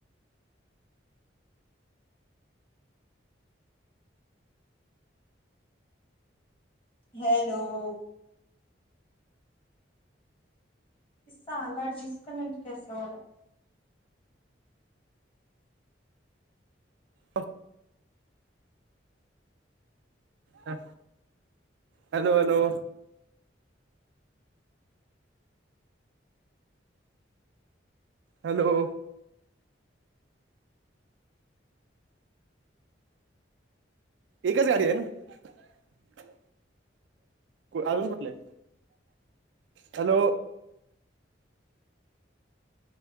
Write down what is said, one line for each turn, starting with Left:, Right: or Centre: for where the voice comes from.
Left: हॅलो ओ, ऐ साला डस्कनेक्ट कसे हो र.
Right: ह ह हॅलो हॅलो. हॅलो एकच गाडी आहे ना अजून कुठलं हॅलो